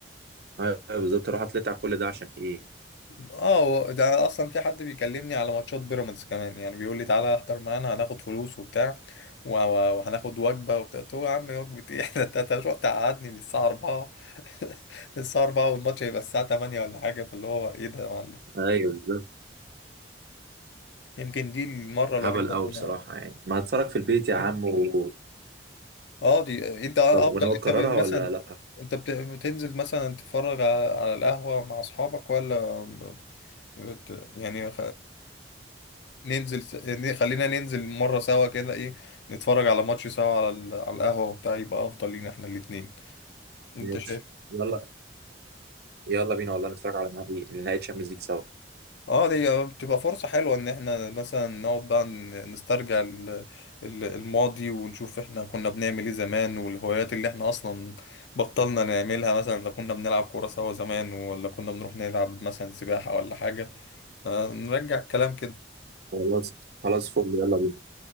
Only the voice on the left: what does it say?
اه هو ده اصلا في حد بيكلمني على ماتشات بيراميدز كمان يعني بيقول لي تعالى احضر معانا هناخد فلوس وبتاع و- و- وهناخد وجبه وبتاع قلت له يا عم وجبه ايه <laughs> ده انت أنت هتروح تقعدني من الساعه 4 <laughs> الساعه 4 والماتش هيبقى الساعه 8 ولا حاجه فاللي هو ايه ده يا معلم
يمكن دي المره الوحيده
اللي
انا
اه آه، دي انت افضل
انت ب- مثلا
انت بت- بتنزل مثلا تتفرج على على القهوه مع اصحابك ولا بت... يعني ننزل س... ن- خلينا ننزل مرة سوا كده ايه نتفرج على ماتش سوا على ال... على القهوة وبتاع يبقى افضل لينا احنا الاتنين انت
شايف
اه دي بتبقى فرصة حلوة ان احنا مثلا نقعد بقى ن- نسترجع ال... ال- الماضي ونشوف احنا كنا بنعمل ايه زمان والهوايات اللي احنا اصلا بطلنا نعملها مثلا لو كنا بنلعب كورة سوا زمان ولا كنا بنروح نلعب مثلا سباحة ولا حاجة آه نرجع الكلام كده